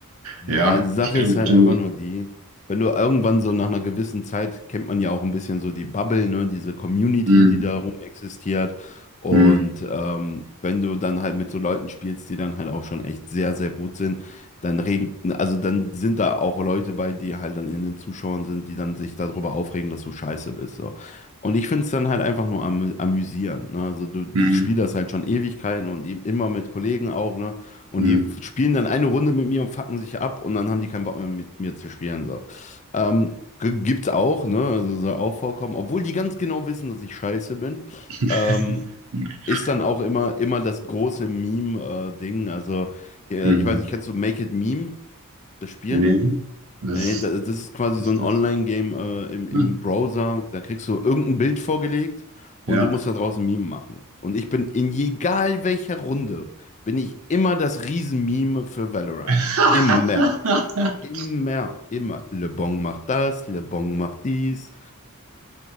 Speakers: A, on the left; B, on the right.
A: Ja,
B: ja,
A: die Sache
B: ich glaube,
A: ist halt
B: du.
A: einfach nur die, wenn du irgendwann so nach einer gewissen Zeit kennt man ja auch ein bisschen so die Bubble, ne, diese Community,
B: Hm,
A: die darum existiert. Und
B: hm,
A: ähm, wenn du dann halt mit so Leuten spielst, die dann halt auch schon echt sehr, sehr gut sind, dann regt, also dann sind da auch Leute bei, die halt dann in den Zuschauern sind, die dann sich darüber aufregen, dass du scheiße bist. So. Und ich finde es dann halt einfach nur amü amüsierend. Ne? Also du,
B: hm,
A: ich spiele das halt schon Ewigkeiten und i- immer mit Kollegen auch, ne? Und
B: hm.
A: die spielen dann eine Runde mit mir und fucken sich ab und dann haben die keinen Bock mehr mit mir zu spielen. So. Ähm, g- gibt's auch, ne? Also soll auch vorkommen. Obwohl die ganz genau wissen, dass ich scheiße bin.
B: <laughs>
A: Ähm, ist dann auch immer, immer das große Meme-Ding. also, äh,
B: Hm.
A: ich weiß nicht, kennst du Make It Meme, das Spiel?
B: Nee, was
A: Nee, da- das ist quasi
B: ist
A: so ein
B: das?
A: Online-Game äh, im, im
B: Hm.
A: Browser. Da kriegst du irgendein Bild vorgelegt und
B: Ja.
A: du musst da draußen Meme machen. Und ich bin in egal welcher Runde, bin ich immer das Riesen-Meme für Valorant.
B: <laughs>
A: Immer. Immer. Immer. Le Bon macht das, Le Bon macht dies.